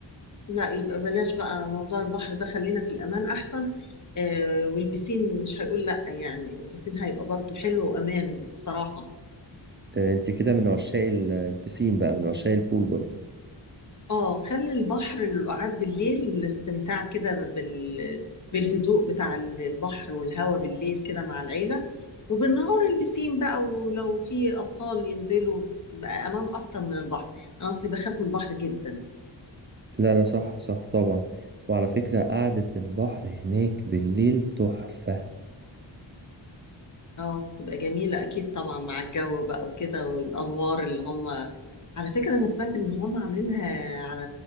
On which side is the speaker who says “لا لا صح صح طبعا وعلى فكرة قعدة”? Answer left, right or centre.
Right